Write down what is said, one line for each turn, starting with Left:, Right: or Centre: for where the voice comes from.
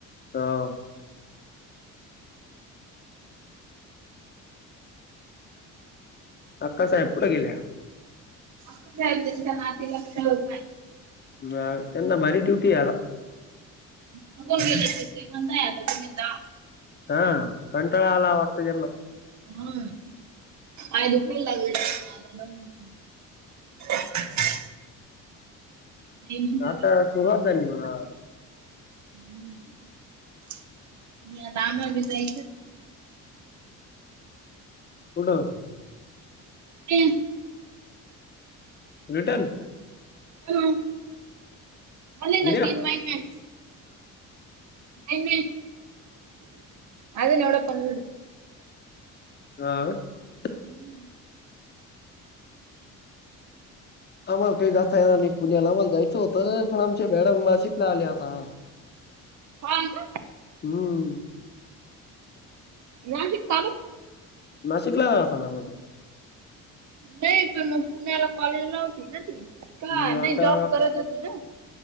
Left: ह. अक्का साहेब कुठे गेल्या?
Right: आक्का साहेब त्यांच्या नातीला खेळवत आहेत.
Left: ह त्यांना भारी ड्युटी आला.
Right: थकून गेले. ते म्हणताय आता तुम्ही जा.
Left: हा कंटाळा आला वात त्यांना?
Right: हम्म पाय दुखायला आता म्हण <unintelligible> नाही
Left: आता सुरुवात झाली
Right: म्हतार
Left: म्हणा
Right: हम्. द आम्हाला बी जायचत
Left: कुठं?
Right: हम.
Left: रिटन?
Right: हम. झाले ना
Left: उद्या
Right: तीन महिने. काय नाही, अजुन एवढ पण
Left: हा का?
Right: हम्म. <unintelligible>
Left: आम्हाला काही जाता येणार नाही पुण्याला. आम्हाला जायचं होतं पण आमचे मॅडम नाशिकला आले आता.
Right: हो का?
Left: हम.
Right: नाशिक चालूच
Left: नाशिकला राहता का मग.
Right: नाही पण, मग पुण्याला कॉलेज ला होती ना ती? का
Left: मग
Right: नाही,
Left: आता
Right: जॉब करत होती ना?